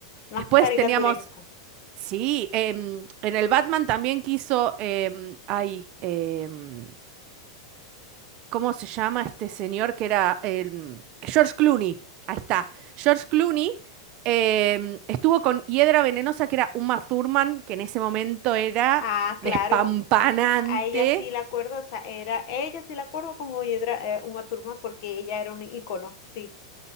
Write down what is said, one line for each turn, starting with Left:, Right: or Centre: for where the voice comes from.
Left: más
Right: Después
Left: caricaturesco.
Right: teníamos Sí, em, en el Batman también quiso, em, ay, em, ¿cómo se llama este señor que era em, George Clooney? Ahí está. George Clooney em, estuvo con Hiedra Venenosa, que era Uma Thurman, que en ese momento era
Left: Ah, claro.
Right: despampanante.
Left: A ella sí la acuerdo, o sea, era, ella sí la acuerdo como Yedra, eh, Uma Thurman porque ella era un icono, sí,